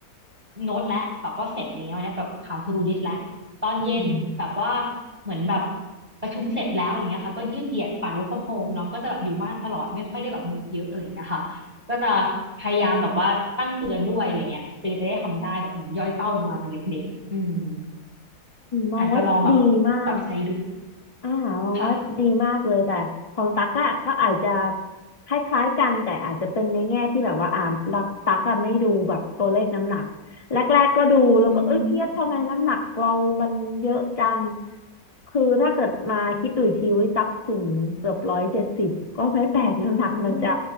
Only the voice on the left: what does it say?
อืม
มองว่าดีมาก
อ่ามองว่าดีมากเลยแต่ของตั๊กอะก็อาจจะ
คล้ายๆกันแต่อาจจะเป็นในแง่ที่แบบว่าอ่ารักตั๊กอะไม่ดูแบบตัวเลขน้ำหนักแรกๆก็ดูแล้วก็เอ้ยเครียดทำไมน้ำหนักเรามันเยอะจัง
คือถ้าเกิดมาคิดดูอีกทีวิตั๊กสูงเกือบร้อยเจ็ดสิบก็ไม่แปลกน้ำหนักมันจะ